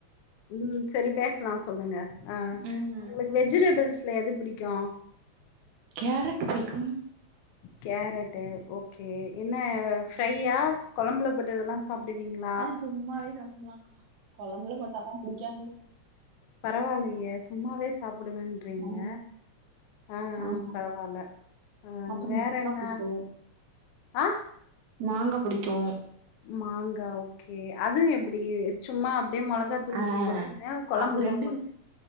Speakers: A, on the left (about 70°); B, on the right (about 75°).
A: ம் சரி பேசலா சொல்லுங்க ஆ
B: ம்
A: உங்களுக்கு வெஜிடெபிள்ஸ்ல எது பிடிக்கு
B: கேரட் புடிக்கு
A: கேரட்டு ஓகே என்ன ஃப்ரையா கொழம்புல போட்டதெல்லா சாப்பிடுவீங்களா
B: ஆ சும்மாவே சாப்பிடலா கொழம்புல போட்டாலா புடிக்காது
A: பரவா இல்லையே சும்மாவே சாப்பிடுவேன் ட்றேங்க
B: ஆ
A: ஆ ஆ
B: ஆமா
A: பரவா இல்ல ஆ
B: அப்புறம்
A: வேற
B: மாங்கா
A: என்ன
B: புடிக்கும்
A: ஆ
B: மாங்கா புடிக்கு
A: மாங்கா ஓகே அதுவு எப்டி சும்மா அப்டியே மொளகா தூள்
B: ஆ
A: உப்பு போட்டுட்டு கொழம்புல
B: அது ரெண்டும்
A: போட்டு